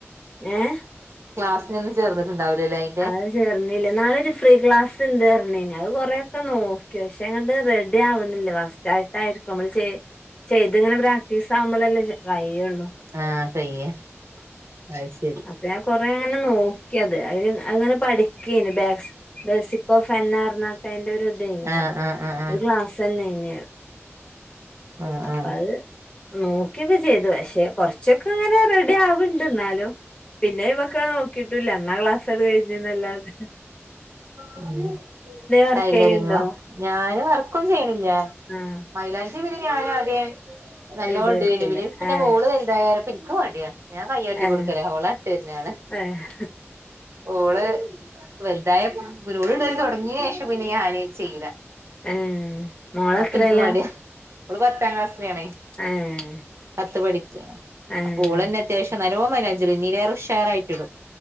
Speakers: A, on the left; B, on the right.
A: ഏഹ്
B: ക്ലാസിനൊന്നും ചേർന്ന്ട്ടുണ്ടാവൂലല്ലേ
A: അഅ് റിഞ്ഞില്ല നാളൊരു ഫ്രീ ക്ലാസ് ഉണ്ട് പറഞ്ഞത് അത് കൊറേ ഒക്കെ നോക്കി പക്ഷെ അങ്ങോട്ട് റെഡി ആവണില്ലേ ഫസ്റ്റ് റ്റായിട്ടായിരിക്കും നമ്മള് ചെയ ചെയ്ത് ഇങ്ങനെ പ്രാക്ടീസ് ആവുമ്പോളല്ലേ കയുള്ളു
B: ആ ഫ്രീയാ അത് ശരി
A: അപ്പം കൊറേ അങ്ങനെ നോക്കിയത് അതിന് അങ്ങനെ പഠിക്ക കിയേനി ബെയ്സ്ബെയ്സ് ഓഫ് ഹെന്ന അർഞ്ഞാട്ട അതിന്റെ ഒരു ഴിഞ്ഞുഒരു
B: ആഹ് ആഹ് ആഹ് ആഹ്
A: ക്ലാസ് ന്നെ ഇന
B: ആഹ്
A: അപ്പ
B: ആഹ്
A: അത് നോക്കിയൊക്കെ ചെയ്തു പക്ഷെ കുറച്ച് ച്ചക്ക ഇങ്ങനെ റെഡി ആവ്ണ്ട് എന്നാലും പിന്നെ ഐമക്ക് നോക്കിയിട്ടൂല്ല അന്നാ ക്ലാസട് കഴിഞ്ഞിന്നല്ലാതെ
B: ഉം
A: വർക്ക്
B: ടൈലറിങ്ങോ
A: ചെയ്യണ്ടോ
B: ഞാന് വർക്കൊന്നും ചെയ്യണില്ല
A: ആഹ്
B: മൈലാഞ്ചി ഞ്ചി പിന്നെ ഞാനാ ആദ്യേ നല്ലോൻ
A: ഇടുവേക്കൂല
B: ഇട് ആയിരുന്നു പിന്നെ
A: ആഹ്
B: മോള് വലുതായാപ്പ ഇൻക്ക് മടിയാ ഞാൻ കയ്യാട്ടി
A: ആഹ്
B: കൊടുക്കലാ ഓളാ ഇട്ടരുന്നാണാ
A: ആഹ്
B: ഓള് വലു തായ ഓള് ഇടല് തുടങ്ങിയ ശേഷം പിന്നെ ഞാന് ചെയ്യൂല
A: ഏഹ് മോളെത്രേലാ
B: അപ്പൊ എനിക്ക് മടിയ ഓള് പത്താം ക്ലാസ്സില ആണേ
A: ഏഹ്
B: പത്ത് പഠിക്ക
A: ഏഹ്
B: അപ്പൊ ഓളന്നെ അത്യാവശ്യം നല്ലോണം മയിലാഞ്ചിടും ഇന്നിലേറെ ഉഷാറായിട്ട് ഇടും